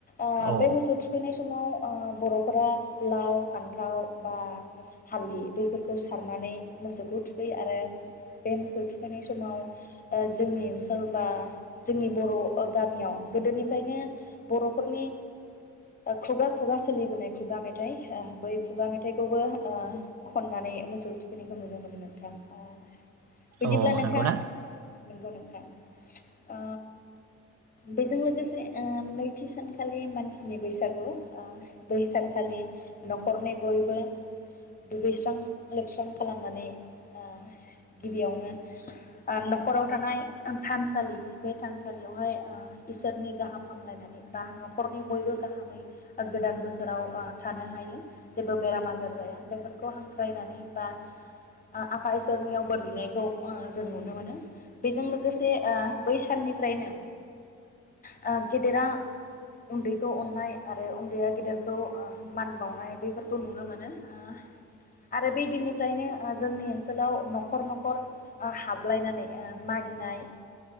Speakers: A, on the left (about 30°); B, on the right (about 60°).
A: ओह
B: औ
A: बे मोसौ थुखैनाय समाव अ बर'फोरा लाव फानथाव बा हालदै बैफोरखौ सारनानै मोसौखौ थुखैयो आरो बे मोसौ थु खैनाय समाव अ जोंनि ओनसोल बा जोंनि बर' अ गामियाव गोदोनिफ्रायनो बर'फोरनि खुगा खुगा सोलिबोनाय खुगा मेथाइ अ बै खुगा मेथाइखौबो अ खननानै मोसौ थुखैनायखौ नुनो मोनो नोंथां आ बिदिब्ला
B: औ
A: नोंथां
B: नंगौना
A: नंगौ नोंथां अ बेजों लोगोसे अ नैथि सानखालि मानसिनि बैसागु अ बै सानखालि न'खरनि बयबो दुगैस्रां लोबस्रां खालामनानै अ गिबियावनो अ न'खराव थानाय थानसालि बे थानसालियावहाय अ इसोरनि गाहाम हामलायनानै बा न'खरनि बयबो गाहामै गोदान बोसोराव अ थानो हायो जेबो बेराम आजार जाया बेफोरखौ हांख्रायनानै बा आ आफा इसोरनियाव बोर बिनायखौ अ जों नुनो मोनो बेजों लोगोसे अ बै साननिफ्रायनो अ गेदेरा उन्दैखौ अननाय आरो उन्दैया गेदेरखौ अ मान बावनाय बैफोरखौ नुनो मोनो अ आरो बे दिननिफ्रायनो जोंनि ओनसोलाव न'खर न'खर हाबलायनानै अ मागिनाय